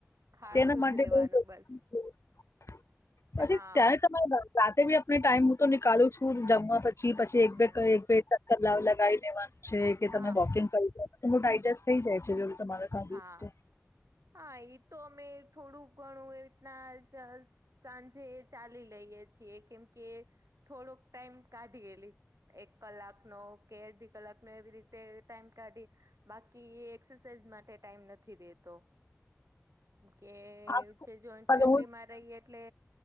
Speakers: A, on the right; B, on the left.
A: ખાતું
B: જેના માટે
A: જ રેવાનું
B: પછી
A: બસ હા
B: ત્યારે રાતે બી આપને ટાઈમ હું તો નીકળું છું જમવા પછી પછી
A: હમ
B: એક બે એક બે કલાવ લગાવ લેવાનું છે કે
A: હા
B: તમે વોકિંગ કરી દે તો ડાયડજસ્ટ થઈ જાય છે જો તમારે ખાધું
A: હા
B: છે
A: હા એ તો અમે થોડું ઘણું એ રીતના સાંજે ચાલી લઈએ છીએ કેમ કે થોડોક ટાઈમ કાઢીેલી એક કલાકનો કે અડધી કલાકનો એવી રીતે ટાઈમ કાઢી બાકી એ એક્સરસાઇઝ માટે ટાઈમ નથી રેતો કે એવું
B: આ
A: છે જોઈન્ટ ફેમિલી
B: હું
A: માં રહીએ એટલે